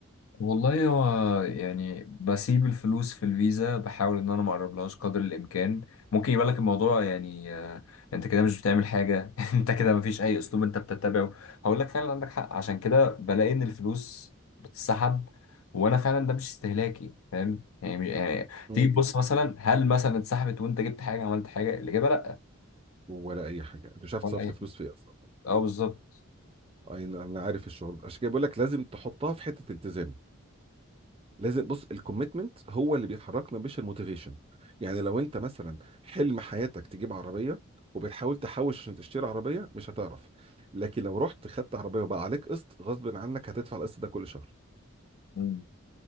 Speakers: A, on the left; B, on the right.
A: والله هو يعني بسيب الفلوس في الفيزا بحاول ان انا ما اقربلهاش قدر الامكان ممكن يبقى لك الموضوع يعني آه، انت كده مش بتعمل حاجه <laughs> انت كده ما فيش اي اسلوب انت بتتبعه هقول لك فعلا عندك حق عشان كده بلاقي ان الفلوس بتتسحب وانا فعلا ده مش استهلاكي فاهم يعني, مش- يعني
B: مم.
A: تيجي تبص مثلا هل مثلا اتسحبت وانت جبت حاجه عملت حاجه الاجابه لا
B: ولا اي حاجه انت مش عارف
A: ولا
B: تصرف
A: اي حاجه
B: فلوس في ايه اصلا
A: اه بالظبط
B: أي- انا عارف الشعور ده عشان كده بقول لك لازم تحطها في حته التزام لازم بص الكوميتمنت هو اللي بيحركنا مش الموتيفيشن يعني لو انت مثلا حلم حياتك تجيب عربيه وبتحاول تحوش عشان تشتري عربيه مش هتعرف لكن لو رحت خدت عربيه وبقى عليك قسط غصب عنك هتدفع القسط ده كل شهر
A: مم.